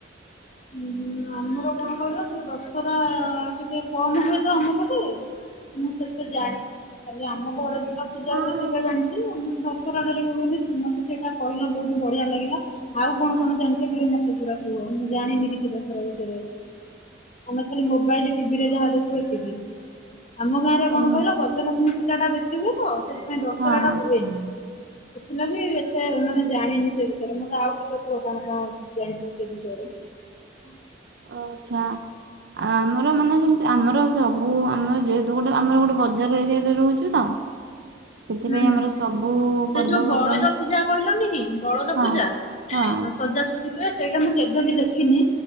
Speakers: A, on the left (about 40°); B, on the right (about 65°).
A: ହୁଁ ଆମର କଣ କହିଲ ଟିକେ ଦଶହରା ଟିକେ କମ୍ ହୁଏ ତ ଆମ ପଟେ ମୁଁ ସେତେ ଜାଣିନି। ଖାଲି ଆମ ଘର ଦୁର୍ଗା ପୂଜା
B: ହଁ।
A: ହୁଏ ସେଟା ଜାଣିଚି ଆମ ଦଶରାଟା ଟିକେ ହୁଏନି, ମୋତେ ସେଇଟା କହିଲ ବହୁତ ବଢିଆ ଲାଗିଲା ଆଉ କଣ କଣ ଜାଣିଚ ଟିକେ ମୋତେ ପୁରା କୁହ? ମୁଁ ଜାଣିନି କିଛି ଦଶରା ବିଷୟରେ, ଆମେ ଖାଲି ମୋବାଇଲ୍ ଟିଭିରେ ଯାହା ଦେଖୁ ଏତିକି। ଆମ ଗାଁରେ
B: ଓହୋ।
A: କଣ କହିଲ ଗଜ ଲ କ୍ଷ୍ମୀ ପୂଜା ତା ବେଶି ହୁଏ ତ ସେ ନାଇଁ ଦଶରାଟା
B: ହଁ
A: ହୁଏନି। ସେଥିଲାଗି ଏତେ ମାନେ ଜାଣିନି ସେ ବିଷୟରେ ମୋତେ ଆଉ ଟିକେ କୁହ କଣ କଣ ଜାଣିଚ ସେ ବିଷୟରେ? ହଁ।
B: ଅ ଚ୍ଛା ଆ ଆମର ମାନେ ସେମତି ଆମର ସବୁ ଆମର ଯେହେତୁ ଗୋଟେ ଆମର ଗୋଟେ ବଜାର ଏରିଆରେ ରହୁଚୁ ତ ସେଥିପାଇଁ
A: ହୁଁ ହୁଁ
B: ଆମର ସବୁ
A: ସେ
B: ପର୍ବପର୍ବାଣୀ
A: ଯୋଉ ବଳଦ ପୂଜା କହିଲନି କି ବଳଦ
B: ହଁ
A: ପୂଜା ଅ,
B: ହଁ।
A: ସଜା ସ ଜି ହୁଏ ସେଇଟା ମୁଁ କେବେବି ଦେଖିନି।